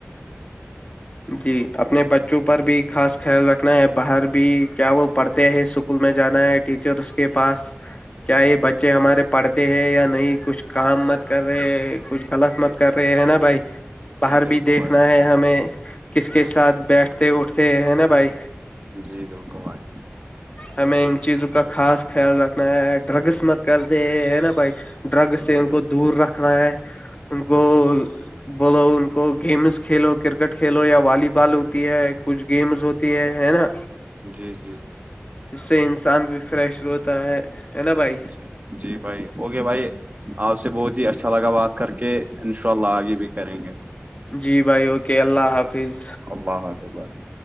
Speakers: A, on the left; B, on the right.
A: جی اپنے بچوں پر بھی خاص خیال رکھنا ہے باہر بھی کیا وہ پڑھتے ہیں اسکول میں جانا ہے ٹیچرس کے پاس کیا یہ بچے ہمارے پڑھتے ہیں یا نہیں کچھ کام مت کر رہے کچھ غلط مت کر رہے ہے نا بھائی
B: جی
A: باہر
B: بالکل
A: بھی دیکھنا
B: بھائی
A: ہے ہمیں کس کے ساتھ بیٹھتے اٹھتے ہے نا بھائی
B: جی بالکل بھائی
A: ہمیں ان چیزوں کا خاص خیال رکھنا ہے ڈرگس مت کرتے ہیں نا بھائی ڈرگ سے
B: جی
A: ان
B: بالکل
A: کو دور رکھنا ہے ان
B: بالکل
A: کو
B: بالکل
A: بولو ان کو گیمس کھیلو کرکٹ کھیلو یا والی بال ہوتی ہے کچھ گیمز ہوتی ہے ہے نا
B: جی جی
A: اس سے انسان بھی فریش ہوتا ہے ہے نا بھائی
B: ج جی بھائی اوکے بھائی آپ سے بہت ہی اچھا لگا بات کر کے ان شاء اللہ آگے بھی کریں گے
A: جی بھائی اوکے اللہ حافظ
B: <inaudible>